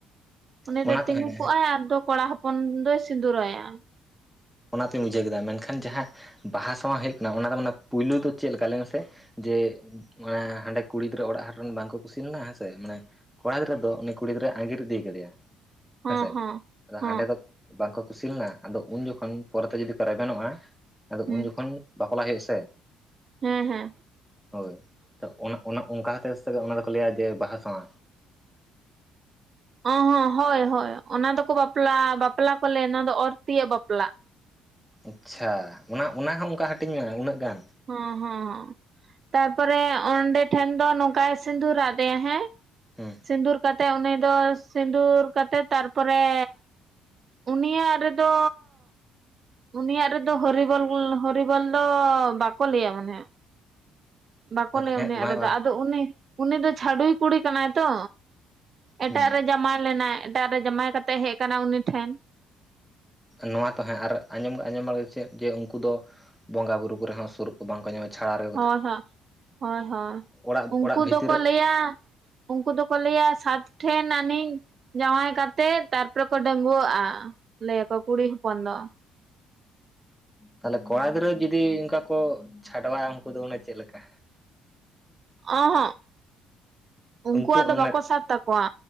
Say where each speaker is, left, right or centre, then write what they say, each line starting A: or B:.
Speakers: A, on the right (about 45°); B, in the centre.
A: ᱩᱱᱤ
B: ᱚᱱᱟ
A: ᱫᱚᱭ
B: ᱛᱚ
A: ᱛᱤᱸᱜᱩ
B: ᱦᱮᱸ
A: ᱠᱚᱜᱼᱟᱭ ᱟᱨᱫᱚ ᱠᱚᱲᱟ ᱦᱚᱯᱚᱱ ᱫᱚᱭ ᱥᱤᱸᱫᱩᱨᱟᱭᱟ
B: ᱚᱱᱟᱛᱤᱧ ᱵᱩᱡᱷᱟᱹᱣ ᱠᱮᱫᱟ ᱢᱮᱱᱠᱷᱟᱱ ᱡᱟᱦᱟᱸ ᱵᱟᱦᱟ ᱥᱟᱶ ᱦᱩᱭᱩᱜ ᱠᱟᱱᱟ ᱚᱱᱟ ᱫᱚ ᱚᱱᱟ ᱯᱩᱭᱞᱳ ᱫᱚ ᱪᱮᱫ ᱞᱮᱠᱟ ᱞᱟᱹᱭ ᱢᱮᱥᱮ ᱡᱮ ᱢᱟ ᱦᱟᱸᱰᱮ ᱠᱩᱲᱤ ᱜᱤᱫᱽᱨᱟᱹ ᱚᱲᱟᱜ ᱨᱮᱱ ᱵᱟᱝᱠᱚ ᱠᱩᱥᱤ ᱞᱮᱱᱼᱟ ᱦᱮᱸᱥᱮ ᱢᱟᱱᱮ ᱠᱚᱲᱟ ᱜᱤᱫᱽᱨᱟᱹ ᱫᱚ ᱩᱱᱤ ᱠᱩᱲ ᱜᱤᱫᱽᱨᱟᱹ ᱟᱜᱤᱨ ᱤᱫᱤ ᱠᱟᱫᱮᱭᱟ
A: ᱦᱚᱸ
B: ᱦᱮᱸᱥᱮ
A: ᱦᱚᱸ
B: ᱟᱫᱚ
A: ᱦᱚᱸ
B: ᱦᱟᱸᱰᱮ ᱫᱚ ᱵᱟᱝᱠᱚ ᱠᱩᱥᱤ ᱞᱮᱱᱟ ᱟᱫᱚ ᱩᱱ ᱡᱚᱠᱷᱚᱱ ᱠᱷᱚᱱ ᱯᱚᱨᱮ ᱛᱮ ᱡᱩᱫᱤ ᱠᱚ ᱨᱟᱵᱮᱱᱚᱜᱼᱟ ᱟᱫᱚ
A: ᱦᱩᱸ
B: ᱩᱱ ᱡᱚᱠᱷᱚᱱ ᱵᱟᱯᱞᱟ ᱦᱩᱭᱩᱜᱼᱟ ᱥᱮ
A: ᱦᱮᱸ ᱦᱮᱸ
B: ᱦᱳᱭ ᱛᱚ ᱚᱱᱟ ᱚᱱᱠᱟ ᱠᱟᱛᱮᱛ ᱫᱚᱠᱚ ᱞᱟᱹᱭᱟ ᱡᱮ ᱵᱟᱦᱟ ᱥᱟᱶᱟ᱾
A: ᱚ ᱦᱚᱸ ᱦᱳᱭ ᱦᱳᱭ ᱚᱱᱟ ᱫᱚᱠᱚ ᱵᱟᱯᱞᱟ ᱵᱟᱯᱞᱟ ᱠᱚ ᱞᱟᱹᱭ ᱟ ᱱᱚᱣᱟ ᱫᱚ ᱚᱨᱛᱤᱭᱚᱜ ᱵᱟᱯᱞᱟᱜ
B: ᱟᱪᱪᱷᱟ ᱚᱱᱟ ᱚᱱᱟ ᱦᱚᱸ ᱚᱱᱠᱟ ᱦᱟᱹᱴᱤᱧ ᱢᱮᱜᱼᱟ ᱩᱱᱟᱹᱜ ᱜᱟᱱ
A: ᱦᱚᱸ ᱦᱚᱸ ᱛᱟᱨᱯᱚᱨᱮ ᱚᱸᱰᱮ ᱴᱷᱮᱱ ᱫᱚ ᱱᱚᱝᱠᱟᱭ ᱥᱤᱸᱫᱩᱨ ᱟᱫᱮᱭᱟ ᱦᱮᱸ
B: ᱦᱩᱸ
A: ᱥᱤᱸᱫᱩᱨ ᱠᱟᱛᱮᱫ ᱩᱱᱤ ᱫᱚ ᱥᱤᱸᱫᱩᱨ ᱠᱟᱛᱮᱫ ᱛᱟᱨᱯᱚᱨᱮ ᱩᱱᱤᱭᱟᱜ ᱨᱮᱫᱚ ᱩᱱᱤᱭᱟᱜ ᱨᱮᱫᱚ ᱦᱚᱨᱤᱵᱚᱞ ᱦᱚᱨᱤᱵᱚᱞ ᱫᱚ ᱵᱟᱠᱚ ᱞᱟᱹᱭᱟ ᱢᱟᱱᱮ ᱦᱚᱭ ᱵᱟᱠᱚ ᱞᱟᱹᱭᱟ
B: ᱦᱮᱸ
A: ᱩᱱᱤᱭᱟᱜ
B: ᱵᱟᱝ
A: ᱨᱮ
B: ᱵᱟᱝ
A: ᱫᱚ ᱟᱫᱚ ᱩᱱᱤ ᱩᱱᱤ ᱫᱚ ᱪᱷᱟᱹᱰᱩᱭᱟᱹ ᱠᱩᱲᱤ ᱠᱟᱱᱟᱭ ᱛᱚ ᱮᱴᱟᱜ
B: ᱦᱩᱸ
A: ᱨᱮ ᱡᱟᱢᱟᱭ ᱞᱮᱱᱟᱭ ᱮᱴᱟᱜ ᱨᱮ ᱡᱟᱶᱟᱭ ᱠᱟᱛᱮ ᱦᱮᱡ ᱠᱟᱱᱟ ᱩᱱᱤ ᱴᱷᱮᱱ
B: ᱱᱚᱣᱟ ᱛᱚ ᱦᱮᱸ ᱟᱨ ᱟᱸᱡᱚᱢ ᱟᱸᱡᱚᱢ ᱵᱟᱲᱮ ᱪᱮᱫ ᱡᱮ ᱩᱱᱠᱩ ᱫᱚ ᱵᱚᱸᱜᱟ ᱵᱩᱨᱩ ᱠᱚ ᱨᱮ ᱦᱚᱸ ᱥᱩᱨᱩᱜ ᱵᱟᱝ ᱠᱚ ᱧᱟᱢᱟ ᱪᱷᱟᱲᱟ ᱨᱮ
A: ᱦᱳᱭ ᱦᱚᱸᱜ ᱦᱳᱭ ᱦᱳᱭ
B: ᱚᱲᱟᱜ
A: ᱩᱝᱠᱩ
B: ᱚᱲᱟᱜ ᱵᱷᱤᱛᱤᱨ
A: ᱫᱚᱠᱚ ᱞᱮᱭᱟ ᱩᱝᱠᱩ ᱫᱚ ᱠᱚ ᱞᱮᱭᱟ ᱥᱟᱛ ᱴᱷᱮᱱ ᱟᱹᱱᱤᱡ ᱡᱟᱶᱟᱭ ᱠᱟᱛᱮᱜ ᱛᱟᱨᱯᱚᱨᱮ ᱠᱚ ᱰᱟᱺᱵᱣᱟᱹᱜᱼᱟ ᱞᱮᱭ ᱟᱠᱚ ᱠᱩᱲᱤ ᱦᱚᱯᱚᱱ ᱫᱚ
B: ᱛᱟᱦᱞᱮ ᱠᱚᱲᱟ ᱜᱤᱫᱽᱨᱟᱹ ᱡᱩᱫᱤ ᱚᱝᱠᱟ ᱠᱚ ᱪᱷᱟᱰᱣᱟᱼᱟ ᱩᱝᱠᱩ ᱫᱚ ᱚᱱᱮ ᱪᱮᱫ ᱞᱮᱟ
A: ᱚᱸᱦᱚᱸᱜ ᱩᱱᱠᱩᱣᱟᱜ
B: ᱩᱱᱠᱩ
A: ᱫᱚ
B: ᱚᱱᱟ
A: ᱵᱟᱠᱚ ᱥᱟᱵ ᱛᱟᱠᱚᱣᱟ